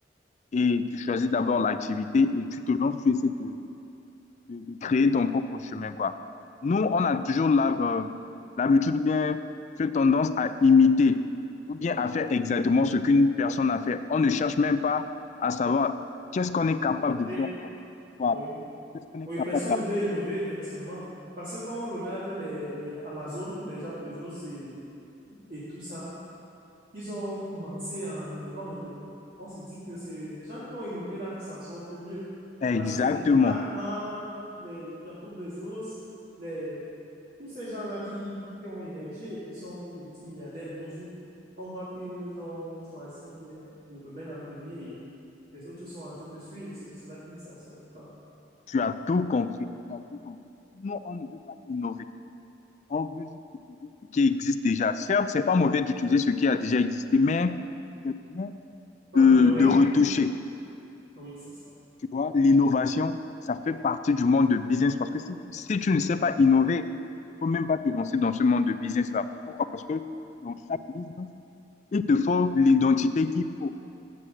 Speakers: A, on the left; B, on the right.
A: et tu choisis d'abord l'activité et tu te lances, tu essaies de, de- de créer ton propre chemin, quoi. Nous, on a toujours l'hab- euh, l'habitude ou bien fait tendance à imiter ou bien à faire exactement ce qu'une personne a fait. On ne cherche même pas à savoir qu'est-ce qu'on est capable
B: à développer,
A: de faire, quoi. Voilà.
B: oui.
A: Qu'est-ce qu'on est
B: Oui,
A: capable
B: personne
A: d'apprendre.
B: ne veut innover, effectivement. Parce que quand on regarde les, les Amazon, les Jacques Bezos et, et tout ça, Ils ont commencé en innovant et on se dit que c'est les gens qui ont innové là qui s'en sortent mieux.
A: Exactement.
B: Parce que les Jack Ma, les Jacob Bezos, les, tous ces gens-là qui, qui ont émergé et qui sont multimilliardaires de nos jours, on voit qu'ils ont choisi euh, le domaine en premier et les autres sont en train de suivre. C'est pour cela qu'ils ne s'en sortent pas.
A: Tu as tout compris. Tu as tout compris. Non, on ne veut pas innover. On veut juste utiliser ce qui existe déjà. Certes, c'est pas mauvais d'utiliser ce qui a déjà existé, mais c'est bien
B: Pour
A: de,
B: améliorer,
A: de retoucher.
B: oui, c'est ça.
A: Tu vois, l'innovation, ça fait partie du monde de business parce que si, si tu ne sais pas innover, il ne faut même pas te lancer dans ce monde de business-là. Pourquoi? Parce que dans chaque business, il te faut l'identité qu'il faut.